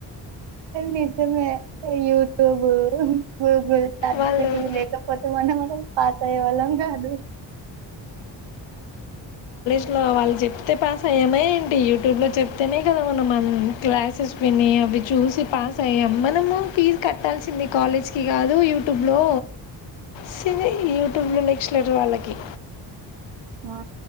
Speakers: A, on the right; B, on the left.
A: నిజమే యూట్యూబ్ హమ్ గూగుల్
B: వాళ్ళు
A: లేకపోతే మనం పాస్ అయే వాళ్ళం కాదు
B: అలో వాళ్ళు చెప్తే పాస్ అయ్యామా ఏంటి యూట్యూబ్లో చెప్తేనే కదా మనం మ క్లాసెస్ విని అవి చూసి పాస్ అయ్యాము మనము ఫీజు కట్టాల్సింది కాలేజ్కి కాదు యూటూ టుుబ్లో సివే యూట్యూబ్ లో స్లేటర్ వాళ్ళకి
A: ఆ